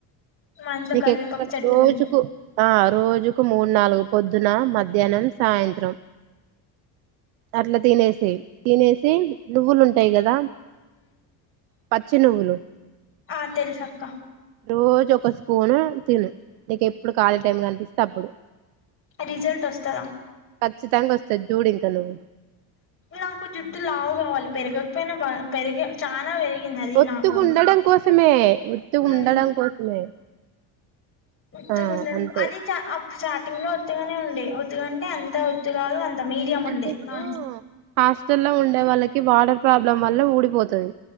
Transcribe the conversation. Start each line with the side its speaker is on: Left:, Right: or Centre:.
Left: మా ఇంట్లో
Right: నీక
Left: కరివేపాకు
Right: ఎక్కడ
Left: చెట్టు
Right: రోజుకు
Left: ఉంది
Right: ఆ రోజుకు మూడు నాలుగు పొద్దున మధ్యాహ్నం సాయంత్రం అట్లా తినేసి తినేసి నువ్వులు ఉంటాయి కదా పచ్చి నువ్వులు
Left: ఆ తెలిసక్క
Right: రోజు ఒక స్పూను తిను నీకెప్పుడు ఖాళీ టైం క కనిపిస్తే అప్పుడు
Left: రిజల్ట్ వస్తద
Right: ఖచ్చితంగా వస్తది జూడు ఇంక నువ్వు
Left: నాకు జుట్టు లావు కావాలి పెరగకపోయినా <unintelligible> చాన పెరిగింది అది
Right: ఒత్తుగ
Left: నాకు
Right: ఉండడం కోసమే ఒత్తుగ
Left: ఉమ్
Right: ఉండడం కోసమే
Left: ఉత్తుగాండడు
Right: ఆ అంతే
Left: అది చ స్టార్టింగ్ లో ఒత్తుగానే ఉండే ఒత్తుగంటే ఎంత ఒత్తు కాదు అ మీడియం
Right: అంటే
Left: ఉండే
Right: ఇప్పుడు
Left: నా
Right: హాస్టల్లో ఉండే వాళ్ళకి వాటర్ ప్రాబ్లం వల్ల ఊడిపోతది